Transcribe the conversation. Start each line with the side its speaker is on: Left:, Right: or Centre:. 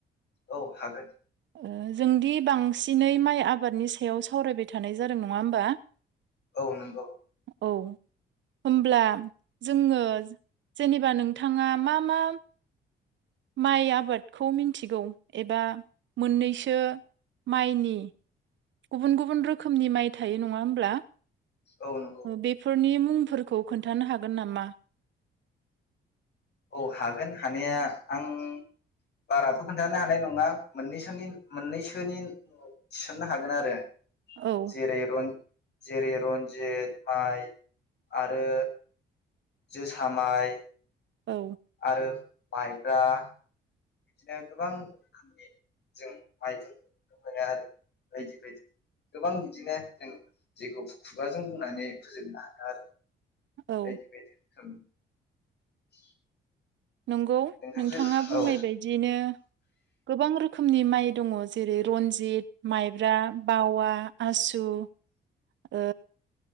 Left: औ हागोन ।
Right: ओ जोंदि बांसिनै माइ आबादनि सायाव सावरायबाय थानाय जादों नङा होमबा?
Left: औ नंगौ ।
Right: औ होमब्ला जोङो जेनेबा नोंथाङा मा मा माइ आबादखौ मिन्थिगौ एबा मोननैसो माइनि गुबुन गुबुन रोखोमनि माइ थायो नङा होमब्ला?
Left: औ नंगौ
Right: ओ बेफोरनि मुं मुंफोरखौ खोन्थानो हागोन नामा?
Left: औ हागोन हानाया आं बाराथ' खोन्थानो हानाय नङा मोननैसोनि मोननैसोनि थिसननो हागोन आरो आं
Right: औ
Left: जेरै रन जेरै रन्जित माइ आरो जोसा माइ
Right: औ
Left: आरो माइब्रा बिदिनो गोबां रोखोमनि जों माइफोरखौ नुनो मोनो आरो बायदि बायदि गोबां बिदिनो जों जैखौ खुगाजों बुंनानै फोजोबनो हाया आरो ।
Right: औ
Left: बायदि बायदि रोखोम <inaudible>
Right: नंगौ
Left: नोंथांजो
Right: नोंथाङा बुंनाय
Left: औ
Right: बायदिनो गोबां रोख खोमनि माइ दङ जेरै रन्जित, माइब्रा, बावा, आसु, ओ